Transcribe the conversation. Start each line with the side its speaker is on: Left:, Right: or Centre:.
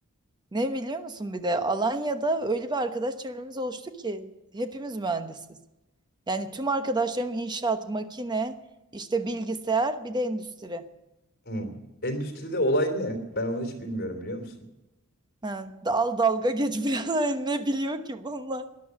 Right: ne biliyor musun bir de Alanya'da öyle bir arkadaş çevremiz oluştu ki hepimiz mühendisiz. Yani tüm arkadaşlarım inşaat, makine, işte bilgisayar bir de endüstri.
Left: Hmm. Endüstride olay ne? Ben onu hiç bilmiyorum biliyor musun?
Right: Ha, dal dalga geç biraz <laughs> Hani ne biliyor ki bunlar?